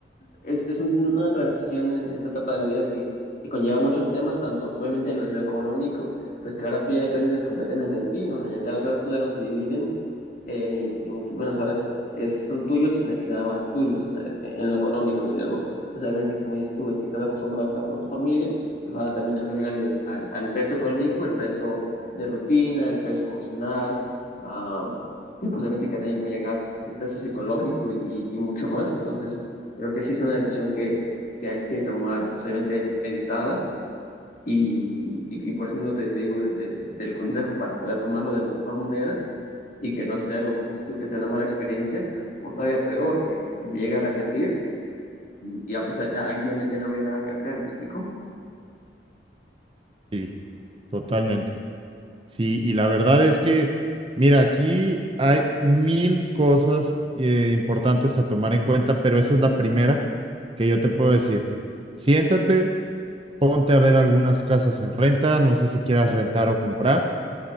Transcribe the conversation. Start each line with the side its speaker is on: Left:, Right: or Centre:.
Left: Es, es un- una transición en esta etapa de la vida que, que conlleva muchos temas, tanto obviamente lo, lo económico, pues que ahora tú ya dependes completamente de ti, ¿no? O sea, ya, ya las cosas tuyas no se dividen, eh, ni, ni mucho menos. Ahora es, es, son tuyos y, na- y nada más tuyos, o sea, es- en lo económico. Y luego, pues, obviamente, como dices tú, si estás acostumbrado a estar con tu familia, pues ahora también agregarle al, al peso económico el peso de rutina, el peso emocional. ah, que posiblemente que también puede llegar el peso psicológico y, y mucho más. Entonces, creo que sí es una decisión que, que hay que tomar posiblemente meditada y, y, y por eso mismo te, te digo desde- del consejo para poder tomarlo de la mejor manera y que no sea algo, como dices tú, que sea una mala experiencia o todavía peor, que, que me llegue a arrepentir y ya pues ya, ahí ya, no ya no habría nada que hacer, ¿me explico?
Right: Sí, totalmente. Sí, y la verdad es que, mira, aquí hay mil cosas eh, importantes a tomar en cuenta, pero esa es la primera que yo te puedo decir. Siéntate, ponte a ver algunas casas en renta, no sé si quieras rentar o comprar,